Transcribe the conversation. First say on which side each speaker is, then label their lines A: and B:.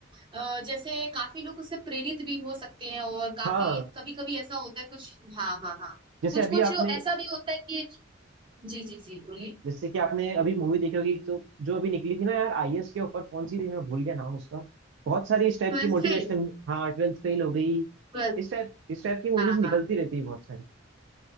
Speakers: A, on the right; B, on the right.
A: अ, जैसे काफी लोग उससे प्रेरित भी हो सकते हैं और काफी
B: हाँ
A: कभी कभी ऐसा होता है कुछ हाँ हाँ हाँ
B: जैसे
A: कुछ
B: अभी
A: कुछ
B: आपने
A: ऐसा भी होता है कि जी जी जी बोलिए
B: जैसे कि आपने अभी मूवी देखी होगी जो जो अभी निकली थी ना यार आईएएस के ऊपर कौन सी थी मैं भूल गया नाम उसका बहुत सारी इस टाइप
A: Twelfth
B: की मोटिवेशन
A: fail
B: हाँ ट्वेल्थ फेल हो गई
A: ट्वेल्थ
B: इस टाइप इस टाइप की मूवीज
A: हाँ
B: निकलती
A: हाँ
B: रहती है बहुत सारी